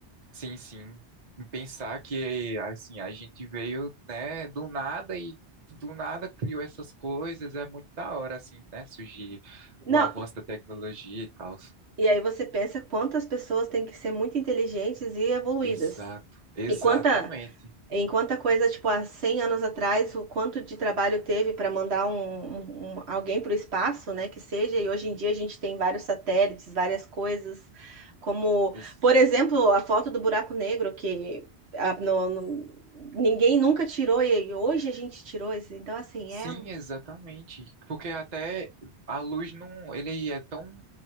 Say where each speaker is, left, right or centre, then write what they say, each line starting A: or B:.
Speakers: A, on the right; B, on the right.
A: Sim, sim. E pensar que, assim, a gente veio, né, do nada e do nada criou essas coisas. É muito da hora, assim, né, surgir
B: Não,
A: o avanço da tecnologia e tal.
B: e aí você pensa quantas pessoas têm que ser muito inteligentes e evoluídas.
A: Exato. Exatamente.
B: E quanta Enquanto a coisa, tipo, há 100 anos atrás, o quanto de trabalho teve para mandar um, um- um- alguém para o espaço, né, que seja, e hoje em dia a gente tem vários satélites, várias coisas, como,
A: Ex-
B: por exemplo, a foto do buraco negro, que ah, no- no- ninguém nunca tirou, e hoje a gente tirou isso. Então, assim,
A: Sim,
B: é uma...
A: exatamente. Porque até a luz não, ele é tão